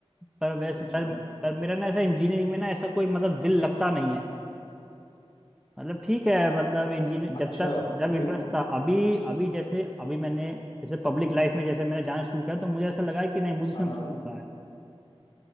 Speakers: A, in the centre; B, on the left (about 60°).
A: पर वैसे
B: अच्छा
A: पर, पर मेरा ना ऐसा इंजीनियरिंग में ना ऐसा कोई मतलब दिल लगता नहीं है मतलब ठीक है मतलब इंजीनियर
B: अच्छा
A: जब तक जब इंटरेस्ट
B: क्यों
A: था अभी अभी जैसे अभी मैंने जैसे पब्लिक लाइफ में जैसे मैंने जाना शुरू किया तो मुझे ऐसा लगा कि नहीं मुझे इसमें
B: हाँ हाँ
A: मजा आ रहा है